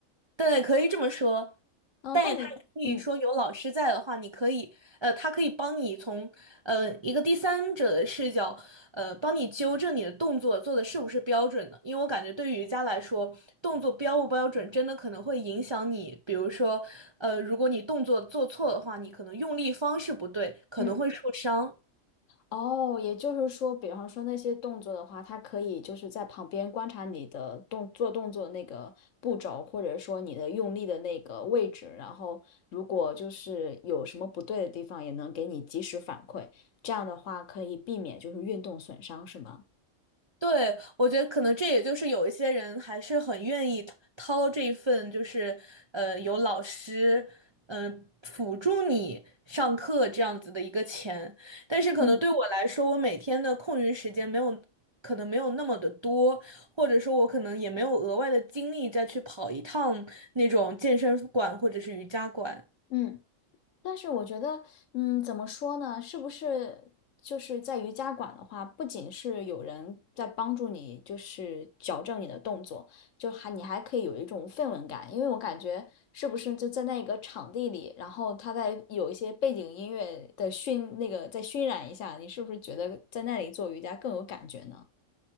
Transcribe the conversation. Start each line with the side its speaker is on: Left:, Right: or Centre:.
Right: 对，可以这么说，
Left: 嗯，
Right: 但也他也可以说有老师在的话，
Left: 但我嗯。
Right: 你可以，呃，他可以帮你从呃一个第三者的视角，呃，帮你纠正你的动作做的是不是标准的。因为我感觉对于瑜伽来说，动作标不标准真的可能会影响你，比如说，呃，如果你动作做错的话，你可能用力方式不对，可能会受伤。
Left: 嗯哦，也就是说，比方说那些动作的话，它可以就是在旁边观察你的动做动作那个步骤，或者说你的用力的那个位置，然后如果就是有什么不对的地方，也能给你及时反馈。这样的话，可以避免就是运动损伤，是吗？
Right: 对，我觉得可能这也就是有一些人还是很愿意掏掏这一份，就是呃有老师嗯、呃辅助你上课这样子的一个钱，但是可能对我来说，
Left: 嗯。
Right: 我每天的空余时间没有可能没有那么的多，或者说我可能也没有额外的精力再去跑一趟那种健身馆或者是瑜伽馆。
Left: 嗯。但是我觉得，嗯，怎么说呢？是不是就是在瑜伽馆的话，不仅是有人在帮助你，就是矫正你的动作，就还你还可以有一种氛围感，因为我感觉是不是就在那个场地里，然后他在有一些背景音乐的熏，那个再熏染一下，你是不是觉得在那里做瑜伽更有感觉呢？